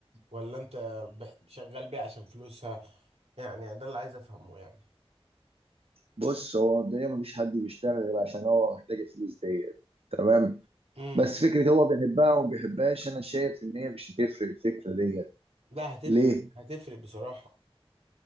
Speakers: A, on the right; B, on the right.
A: ولا انت بح- شغال بيها عشان فلوسها يعني ده اللي عايز افهمه يعني
B: بص هو الدنيا مفيش حد بيشتغل غير عشان هو محتاج الفلوس ديت تمام
A: امم
B: بس فكره هو بيحبها وما بيحبهاش انا شايف ان هي مش هتفرق الفكره ديت
A: لا هتفرق
B: ليه
A: هتفرق بصراحة